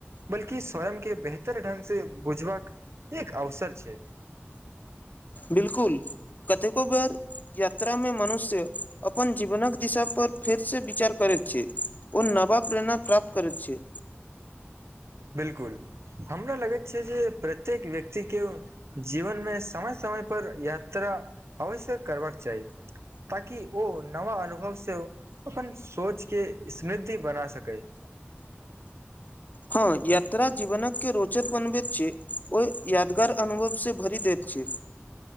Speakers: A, on the right; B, on the left.
A: बल्कि स्वयं के बेहतर ढ्ंग से बुझबाक एक अवसर छै <inaudible>
B: बिलकुल कतेको बेर यात्रा में मनुष्य अपन जीवनक दिशाापर फेरसँ विचार करैत छै ओ नवा प्रेरणा प्राप्त करैत छै
A: <inaudible> बिलकुल हमरा लगैत छै जे प्रत्येक व्यक्तिे जीवन मे समय समय समय पर यात्रा अवश्यक करबाक चाही ताकि ओ नवा अनुभव सँ अपन सोचके समृद्धि बना सकै <inaudible>
B: हँ यात्रा जीवनक के रोचक बनबैत छै ओ यादगार अनुभव सँ भरि दैत छै